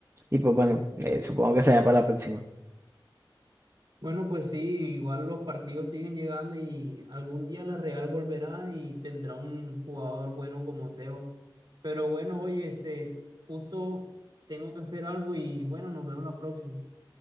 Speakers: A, on the right; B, on the right.
A: Y pues bueno, eh, supongo que será para la próxima.
B: Bueno, pues sí, igual los partidos siguen llegando y algún día la Real volverá y tendrá un jugador bueno como Teo. Pero bueno, oye, este, justo tengo que hacer algo y bueno, nos vemos la próxima.